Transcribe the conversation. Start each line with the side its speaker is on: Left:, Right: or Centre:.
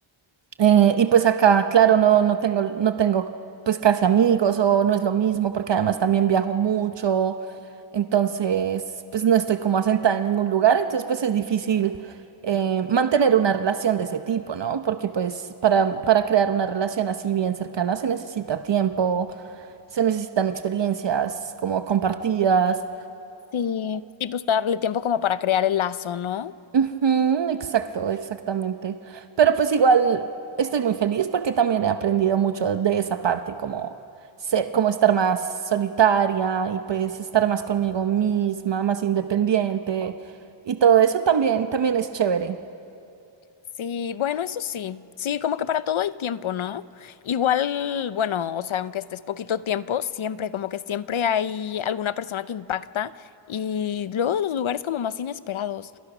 Right: Eh, y pues acá, claro, no, no tengo, no tengo pues casi amigos o no es lo mismo porque además también viajo mucho, entonces pues no estoy como asentada en ningún lugar, entonces pues es difícil eh, mantener una relación de ese tipo, ¿no? Porque pues para, para crear una relación así bien cercana se necesita tiempo, se necesitan experiencias como compartidas.
Left: sí. Y pues darle tiempo como para crear el lazo, ¿no?
Right: Ujú, exacto, exactamente. Pero pues igual estoy muy feliz porque también he aprendido mucho de esa parte, como ser, como estar más solitaria y pues estar más conmigo misma, más independiente y todo eso también, también es chévere.
Left: Sí, bueno, eso sí. Sí, como que para todo hay tiempo, ¿no? Igual, bueno, o sea, aunque estés poquito tiempo, siempre, como que siempre hay alguna persona que impacta y luego de los lugares como más inesperados.